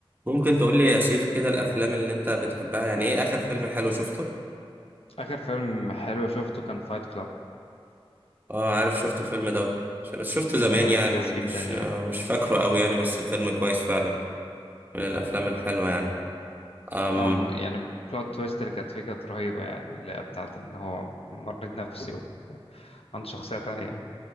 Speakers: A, on the right (about 20°); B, on the left (about 75°).
A: ممكن تقول لي يا
B: إيه
A: سيف كده الافلام اللي انت بتحبها يعني ايه اخر فيلم حلو شفته
B: آخر فيلم حلو شفته كان فايت كلاب
A: اه عارف شفت الفيلم ده ش- بس شفته
B: الفيلم
A: زمان
B: ده ممتاز
A: يعني
B: جدا
A: مش
B: يعني
A: آه، مش فاكره قوي يعني بس فيلم كويس فعلا من الافلام الحلوه يعني امم
B: أو م- يعني البلوت تويست اللي كانت فيه كانت رهيبة يعني اللي هي بتاعت إن هو مريض نفسي و- وعنده شخصية تانية